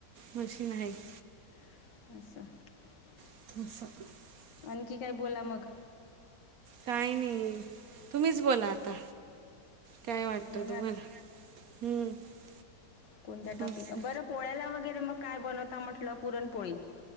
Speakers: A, on the right; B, on the left.
A: मशीन हाय की.
B: असच.
A: <unintelligible>
B: आणखी काय बोला मग!
A: काही नाही तुम्हीच बोला आता. काय वाटतं
B: होनात
A: तुम्हाला हम्म
B: कोणत्या टॉपिक
A: मस्त
B: बरं पोळ्याला वगैरे मग काय बनवता म्हटलं पुरणपोळी.